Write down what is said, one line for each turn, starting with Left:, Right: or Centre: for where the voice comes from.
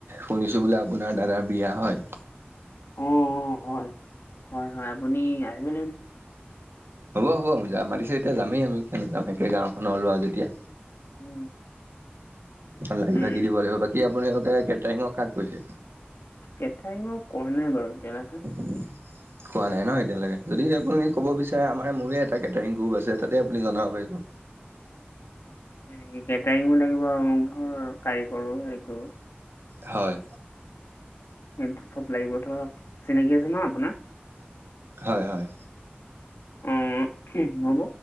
Right: শুনিছোঁ, বোলে আপোনাৰ দাদাৰ বিয়া, হয়?
Left: অ' অ' হয়। হয় হয়, আপুনি আহিব লাগিব।
Right: হ'ব হ'ব আমি যাম, মাতিছে যেতিয়া যামে আমি। কিয় নাযাম, একে গাঁৱখনৰ ল'ৰা যেতিয়া।
Left: উম।
Right: লাগি-ভাকি
Left: উম,
Right: দিব লাগিব। বাকী আপোনালোকে কেটাৰিঙক কাক কৈছে?
Left: কেটাৰিঙক কোৱা নাই বাৰু। এতিয়ালৈকে।
Right: কোৱা নাই ন' এতিয়ালৈকে। যদিহে আপুনি ক'ব বিচাৰে, আমাৰ মোৰে- এ' কেটাৰিঙ গ্ৰুপ আছে। তাতে আপুনি জনাব পাৰিব।
Left: <unintelligible> <unintelligible> উম, কেটাৰিঙো লাগিব আৰু মোক ধৰ, কাৰিকৰো সেই কৰোঁ।
Right: হয়।
Left: সেইটো চব লাগিব ধৰাক। চিনাকি আছে ন' আপোনাৰ?
Right: হয় হয়।
Left: অ' হ'ব।